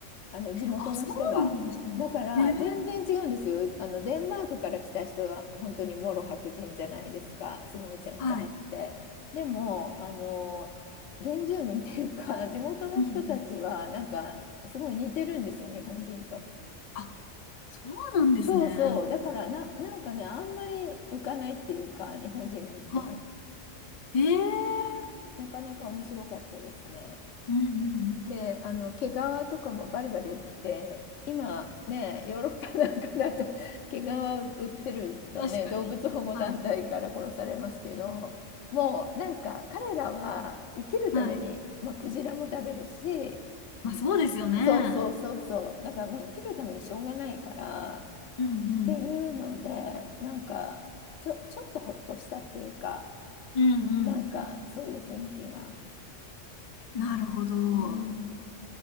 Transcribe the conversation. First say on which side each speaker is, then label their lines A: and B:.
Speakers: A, on the left (about 70°); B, on the left (about 55°).
A: あの地元の人は。
B: あ、そうなんですね。
A: だから全然違うんですよ。
B: へえ、
A: あのデンマークから来た人は本当にもろ白人じゃないですか。すごい背が高くて。
B: はい。
A: でも、あの原住民っていうか、<laughs> 地元の人たちはなんかすごい似てるんですよ、
B: うんうん。
A: 日本人と。
B: あ、そうなんですね。
A: そうそう。だからな、なんかね、あんまり浮かないっていうか、日本人が行っても。
B: はい。へえ。
A: なかなか面白かったですね。
B: うんうんうん。
A: で、あの毛皮とかもバリバリ売って、今ね、ヨーロッパなんかだと <laughs> 毛皮売ってるとね、
B: 確かに。
A: 動物保護団体から殺されますけど、
B: はい。
A: もうなんか彼らは生きるために、
B: はい。
A: まあ、クジラも食べるし、
B: まあそうですよね。
A: そうそうそうそう、だからもう生きるためにしょうがないからっ
B: うんうん。
A: ていうので、なんかちょ、ちょっとほっとしたっていうか、
B: うんうん。
A: なんかそういう雰囲気が。
B: なるほど。
A: うん、